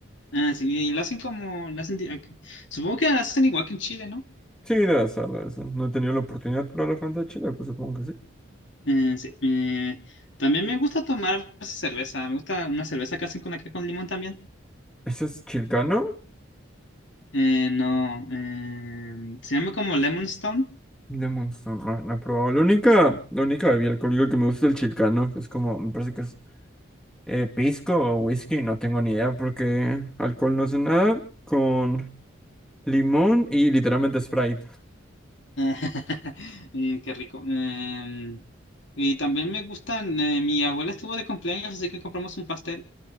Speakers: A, on the left; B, in the centre.
A: Ah, sí, y la hacen como, la hacen, di- ok. Supongo que la hacen igual que en Chile, ¿no?
B: Sí, debe ser, debe ser. No he tenido la oportunidad de probar la Fanta de Chile, pues supongo que sí.
A: Eh, sí. Eh, también me gusta tomar a veces cerveza. Me gusta una cerveza que hacen con acá con limón también.
B: ¿Ese es chilcano?
A: Eh, no, eh, se llama como Lemon Stone.
B: De Monster, no, no he probado. La única, la única bebida alcohólica que me gusta es el chilcano, que es como, me parece que es Eh, pisco o whisky, no tengo ni idea porque alcohol no sé nada. Con limón y literalmente Sprite.
A: <laughs> Mm, qué rico. Eh, Y también me gustan, eh, mi abuela estuvo de cumpleaños, así que compramos un pastel.